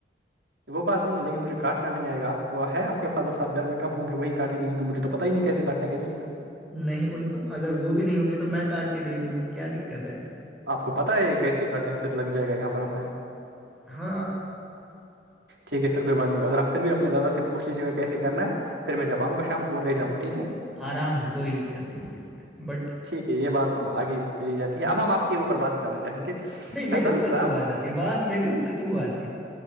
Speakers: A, on the right; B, in the centre.
A: وہ بات نہیں لیکن مجھے کاٹنا نہیں آئے گ آپ کو ہےپ کے فادر صاحب گ میں کب ہوں گے وہی کاٹ د کیکہ مجے توتہ نہیں کیسے کاٹ لگی
B: نہیں ان کو اگر وہ بھی نہیں ہوں گی تو میں کاٹ کے دے دوں گا کیا دقت ہے
A: آپ کو پتا ہے یہ کیسے کاٹتے ہیں پھر لگ جائے گا یہاں پر ہمارے یہاں
B: ہاں
A: ٹھیک ہے پھر کوئی بات نہیں اگر آپ پھر اپنے داد سےوچھ لیجیے گا کیس کرنا ہے پھر میں جب آں گا شام کو لے جاؤںا ٹھیک ہے
B: آرام سے کوئی دقت نہیں کوئی دقت بٹ
A: ٹھیک ہے یہ بات ہم آگے چلی جاتی ہے اب ہم آپ کے اوپر بات کرنا چاہیں گے
B: نہیں
A: فیضان
B: میرے اوپر
A: صاحب
B: کیوں آ جاتی بات میرے اوپر کیوں آتی